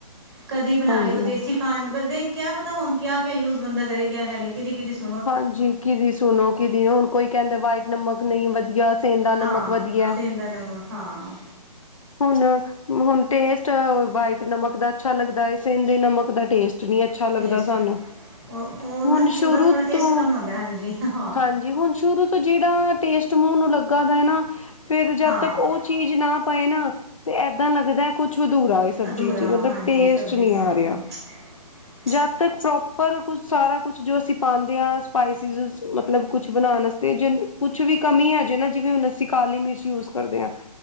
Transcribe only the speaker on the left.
ਹਾਂਜੀ
ਹਾਂਜੀ, ਕਿਦੀ ਸੁਣੋ ਕਿਦੀ ਹੁਣ ਕੋਈ ਕਹਿੰਦਾ ਵਾਈਟ ਨਮਕ ਨਹੀਂ ਵਧੀਆ। ਸੇਂਦਾ ਨਮਕ
ਵਧੀਆ।
ਹੁਣ, ਹੁਣ ਟੇਸਟ ਵਾਈਟ ਨਮਕ ਦਾ ਅੱਛਾ ਲੱਗਦਾ ਏ। ਸੇਂਦੇ ਨਮਕ ਦਾ ਟੇਸਟ ਨੀ ਅਛ - ਅੱਛਾ ਲੱਗਦਾ
ਸਾਨੂੰ।
ਹੁਣ
ਸ਼ੁਰੂ
ਤੋਂ
ਹਾਂਜੀ, ਹੁਣ ਸ਼ੁਰੂ ਤੋਂ- ਜਿਹੜਾ ਟੇਸਟ ਮੂੰਹ ਨੂੰ ਲੱਗਾ ਦਾ ਨਾ, ਫੇਰ ਜਦ
ਤੱਕ ਉਹ ਚੀਜ਼ ਨਾ ਪਏ ਨਾ- 'ਤੇ ਏਦਾਂ ਲੱਗਦਾ। ਕੁਛ ਅਧੂਰਾ ਏ, ਸਬਜ਼ੀ
ਚ' ਮਤਲਬ
ਟੇਸਟ
ਨਹੀਂ
ਆ ਰਿਹਾ।
ਜਦ ਤੱਕ ਪ੍ਰੋਪਰ ਕੁਝ ਸਾਰਾ ਕੁਛ ਜੋ ਅਸੀਂ ਪਾਉਂਦੇ ਆ। ਸਪਿਸਸ ਮਤਲਬ ਕੁਛ ਬਣਾਉਣ ਵਸਤੇ ਜਿਨ- ਕੁਛ ਵੀ ਕਮੀ ਹੈਜੇ ਨਾ, ਜਿਵੇਂ ਹੁਣ ਅਸੀਂ ਕਾਲੀ ਮਿਰਚ ਯੂਜ ਕਰਦੇ ਹਾਂ।